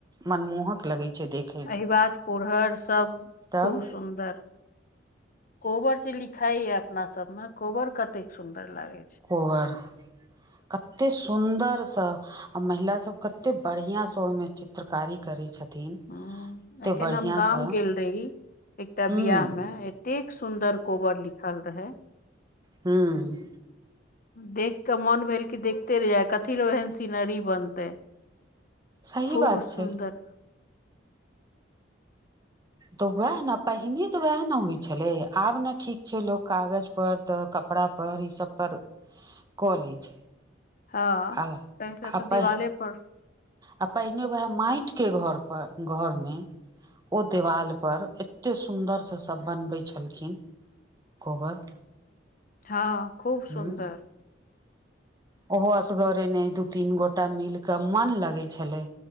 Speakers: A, on the right; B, on the left.
A: मनमोहक लगै छै देख
B: एहि बात पुरहर सब
A: तब
B: खूब सुन्दर कोबर जे लिखाइ य अपना सब मे कोबर कत्ते सुन्दर लागे
A: कोबर क कते सुंदर से आ महिला सब कते बढ़िया से ओहि मे चित चित्रकारी करै छथिन
B: ह
A: एते
B: एखन
A: बढ़िआँसँ
B: हम गाँं गेल रही एकटा
A: हूँ
B: बियाह मे एते सुंदर कोबर लिख पसंद रहै
A: हँ
B: देख कऽ मोन भेल कि देखते रहि जाय कथी लो एहन सीनरी बनतै
A: सही
B: खूब
A: बात
B: सुन्दर
A: छै तऽ वएह ने पहिने तऽ वएह ने होइ छलै आब ने ठीक छै लोक कागज पर तऽ कपड़ा पर इ सब पर क ले छै
B: हँ
A: आ
B: पहिल तऽ
A: आ
B: दिवाले
A: पहि
B: पर
A: आ पहिने वएह माटि के घर पर घर मे ओ देवाल पर एतेक सुन्दरसँ सभ बनबै छलखिन कोबर
B: हँ खूब
A: ह
B: सुन्दर
A: ओहो असगरेने दू तीन गोटा मिल क मन लगे छले